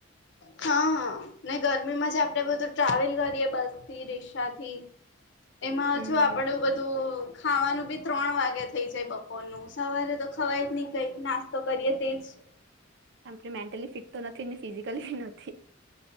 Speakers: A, on the left; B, on the right.
A: હા હા ને ગરમીમાં જ આપણેે બધું ટ્રાવેલ કરીએ બસ થી રિક્ષાથી.
B: <inaudible>
A: એમાં
B: હમ
A: જો આપડે બધું ખાવાનું બી. ત્રણ વાગે થઈ જાય બપોર નું સવારે તો ખવાય જ નહી કઈ નાસ્તો કરીએ તેજ.
B: આપણે મેન્ટલી ફિટ તો નથી ને ફિઝિકલીી નથી.